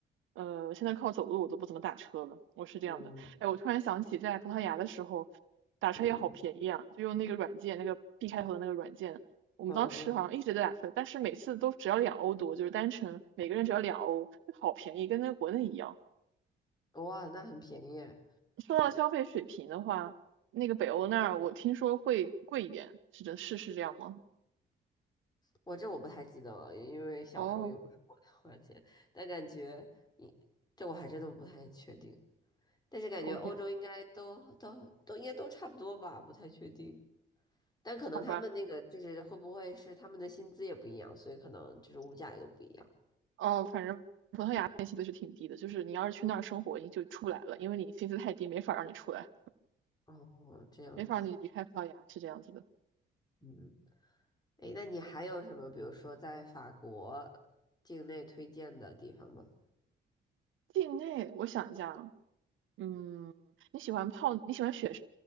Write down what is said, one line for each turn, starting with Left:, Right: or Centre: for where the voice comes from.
Right: 呃，现在靠走路我都不怎么打车了，我是这样的。
Left: 嗯
Right: 哎，我突然想起在葡萄牙的时候，打车也好便宜啊，
Left: 嗯
Right: 就用那个软件，那个 B 开头的那个软件，我们当时好像一直在打车，
Left: 嗯嗯嗯
Right: 但是每次都只要两欧多，就是单程每个人只要两欧，就好便宜，跟那个国内一样。
Left: 哇，那很便宜耶
Right: 说到消费水平的话，那个北欧那儿我听说会贵一点，是的，是是这样吗？
Left: 我这我不太记得了，因为小时候也不是我的花钱，
Right: 哦
Left: 但感觉你这我还真的不太确定，但是感觉欧洲应该都都都应该都差不多吧，
Right: ，OK，
Left: 不太确定，但可能他们那个就是会不会是他们的薪资也不一样，
Right: 好吧。
Left: 所以可能就是物价也都不一样。
Right: 哦，反正天薪资是挺低的，就是你要是去那儿生活，你就出不来了，因为你薪资太低，没法让你出来，
Left: 哦，这样子，
Right: 没法让你离开葡萄牙，是这样子的。
Left: 嗯，诶，那你还有什么，比如说在法国境内推荐的地方吗？
Right: 境内，我想一下啊，嗯，你喜欢泡，你喜欢雪山